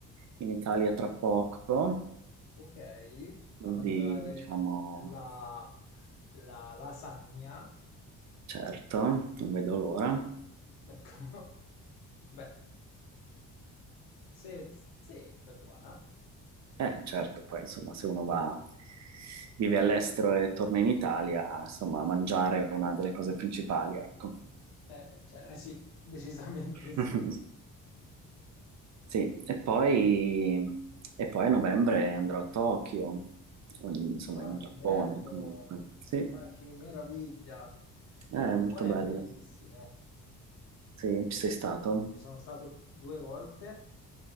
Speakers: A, on the right (about 45°); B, on the left (about 75°).
A: in Italia tra poco,
B: Ok,
A: quindi
B: a mangiare
A: diciamo,
B: la, la lasagna.
A: certo, non vedo l'ora.
B: Ecco, <laughs> beh, se, se è buona.
A: Eh, certo, poi insomma, se uno va, vive all'estero e torna in Italia, insomma, mangiare è una delle cose principali, ecco.
B: Eh, cioè, <laughs> sì, decisamente sì.
A: <laughs> Sì, e poi, e poi a novembre andrò a Tokyo, o in- insomma,
B: Ah,
A: in
B: che
A: Giappone
B: bello,
A: comunque. Sì,
B: ma che meraviglia.
A: è
B: Il Giappone
A: molto bello.
B: è bellissimo.
A: Sì, ci sei stato?
B: Ci sono stato due volte,